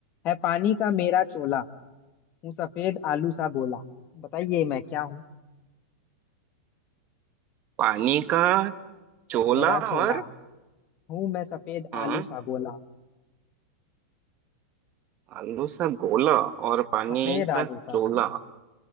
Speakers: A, on the left (about 40°); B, on the right (about 35°).
A: है पानी का मेरा चोला हूँ सफेद आलू सा गोला बताइए मैं क्या हूँ
B: पानी का चोला
A: मेरा चोला
B: और
A: हूँ मैं सफेद
B: हाँ
A: आलू सा गोला
B: आलू सा गोला और पानी
A: सफेद आलू
B: का
A: सा
B: चोला
A: गोला